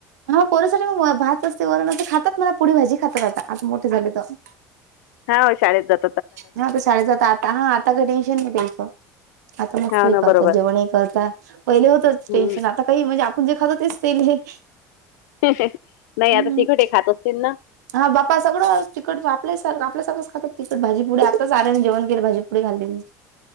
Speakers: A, on the right; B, on the left.
A: हा, पोर सगळी भात असते, वरण असते, खातात मला पुरि भाजी खातात आता, आता मोठे झाले तर.
B: हा, हो शाळेत जा-
A: हा, तर शाळेत जात, आता हा आता काही टेन्शन नाही त्यांचं. आता मस्त
B: हा
A: हे
B: ना
A: करतात,
B: बरोबर
A: जेवण हे करताात, पहिले होतच
B: हम्म
A: टेन्शन- आता काही म्हणजे आपण जे खातो तेच ते हे-
B: नाही,
A: हम्म
B: आता ते घरी खात असतील ना?
A: हा, बापा सगळं तिकट आपले सारख आप सगळच खात, तिकट भाजी, पुढे आताच आरेने जेण केले भाजी. कपडे <unintelligible>